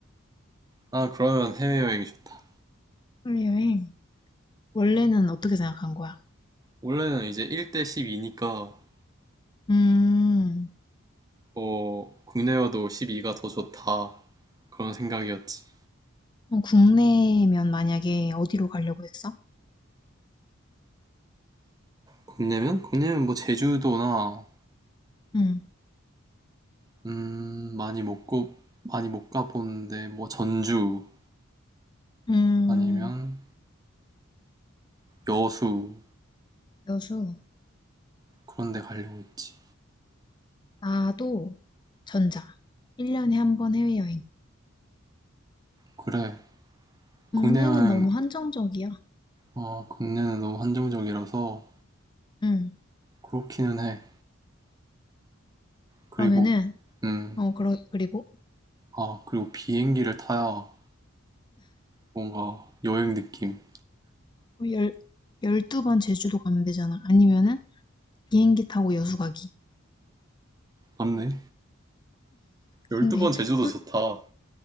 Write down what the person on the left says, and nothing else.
해외 여행. 원래는 어떻게 생각한 거야?
음,
어, 국내면 만약에 어디로 가려고 했어?
음,
음,
여수.
나도 전자. 1년에 한 번 해외여행.
국내는
너무 한정적이야.
응.
그러면은,
어, 그러, 그리고
열 열, 12번 제주도 가면 되잖아. 아니면은 비행기 타고 여수 가기.
근데,
삼,